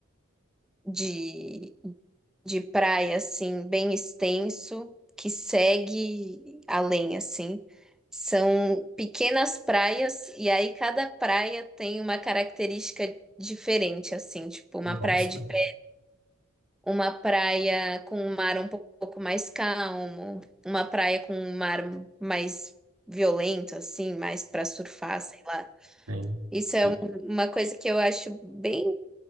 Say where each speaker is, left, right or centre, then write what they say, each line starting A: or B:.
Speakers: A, in the centre; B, on the right.
A: de de praia, assim, bem extenso, que segue além, assim. São pequenas praias, e aí cada praia tem uma característica diferente, assim, tipo uma
B: Nossa.
A: praia de pé, uma praia com um mar um pou- pouco mais calmo, uma praia com um mar mais violento, assim, mais para surfar, sei lá.
B: Sim.
A: Isso é
B: E-
A: um- uma coisa que eu acho bem